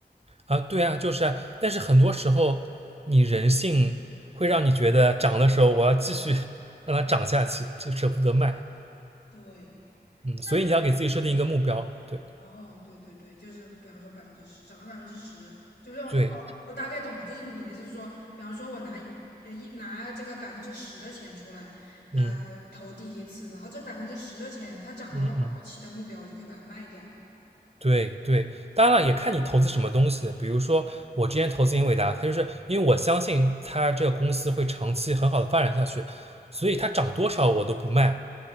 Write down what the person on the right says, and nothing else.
啊，对啊，就是啊，但是很多时候你人性会让你觉得涨的时候我要继续 <laughs> 让它涨下去，
就舍不得卖，
嗯，
所以你要给自己设定一个目标，对
对，
嗯
嗯嗯，
对对，当然了，也看你投资什么东西，比如说我之前投资英伟达，它就是因为我相信它这个公司会长期很好的发展下去，所以它涨多少我都不卖，